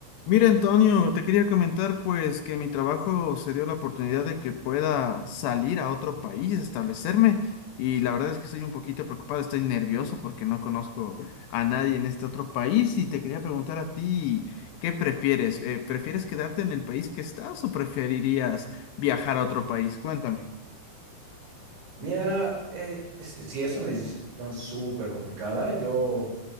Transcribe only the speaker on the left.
Mira, Antonio, te quería comentar pues que mi trabajo se dio la oportunidad de que pueda salir a otro país, establecerme, y la verdad es que estoy un poquito preocupado, estoy nervioso porque no conozco a nadie en este otro país y te quería preguntar a ti, ¿qué prefieres? Eh, ¿prefieres quedarte en el país que estás o preferirías viajar a otro país? Cuéntame.